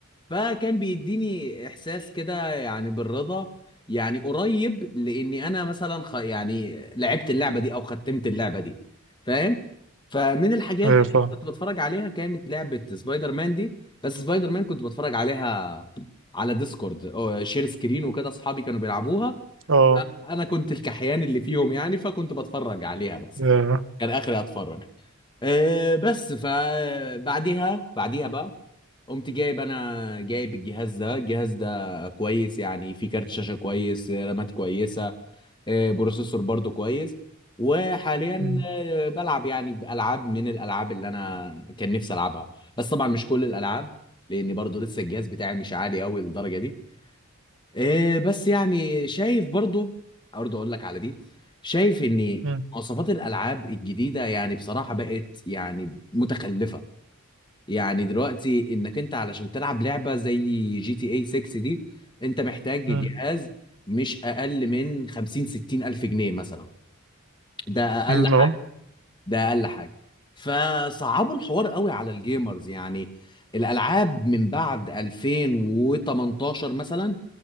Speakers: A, on the left; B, on the right.
A: فكان بيديني احساس كده يعني بالرضا يعني قريب لاني انا مثلا خ... يعني لعبت اللعبه دي او ختمت اللعبه دي فاهم فمن الحاجات
B: أيوه فاهم
A: اللي أنا كنت بتفرج عليها كانت لعبه سبايدر مان دي بس سبايدر مان كنت بتفرج عليها على ديسكورد أو شير سكرين وكده اصحابي كانوا بيلعبوها
B: أه
A: انا كنت الكحيان اللي فيهم يعني فكنت بتفرج عليها بس
B: ياه.
A: كان اخري اتفرج أه بس فبعديها بعديها بعديها بقى قمت جايب انا جايب الجهاز ده الجهاز ده كويس يعني فيه كارت شاشة كويس رامات كويسة آه، بروسيسور برضو كويس وحاليا
B: مم.
A: آه، بلعب يعني بألعاب من الألعاب اللي انا كان نفسي ألعبها بس طبعا مش كل الألعاب لأن برضو لسه الجهاز بتاعي مش عالي قوي للدرجة دي آه، بس يعني شايف برضو برضو اقول لك على دي شايف ان
B: مم.
A: مواصفات الألعاب الجديدة يعني بصراحة بقت يعني متخلفة يعني دلوقتي انك انت علشان تلعب لعبه زي جي تي اي 6 دي انت محتاج
B: مم.
A: جهاز مش اقل من 50 60 الف جنيه مثلا ده اقل
B: مم.
A: حاجه
B: أه
A: ده اقل حاجه فصعبوا الحوار قوي على الجيمرز يعني الالعاب من بعد 2018 مثلا